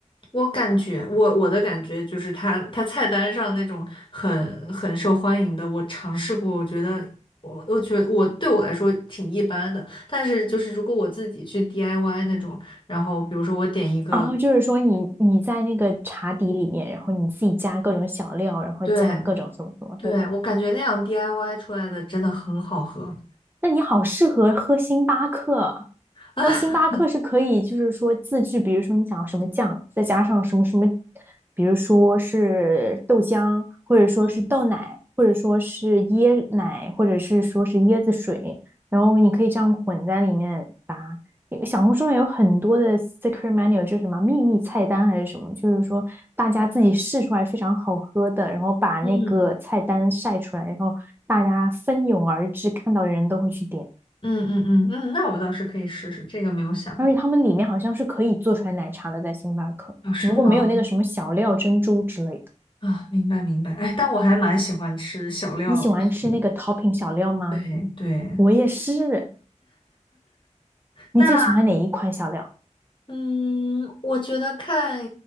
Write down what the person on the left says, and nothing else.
我感觉，我我的感觉就是他他菜单上那种很很受欢迎的，我尝试过，我觉得我我觉得我对我来说挺一般的。但是就是如果我自己去 DIY 那种，然后比如说我点一个，
对对，
我感觉那样 DIY 出来的真的很好喝。
<laughs>
嗯
嗯
嗯嗯嗯嗯，那我倒是可以试试，这个没有想过。
哦，是吗？
啊，明白明白。哎，但我还蛮喜欢吃小料的，
所以
对对。
那嗯，我觉得看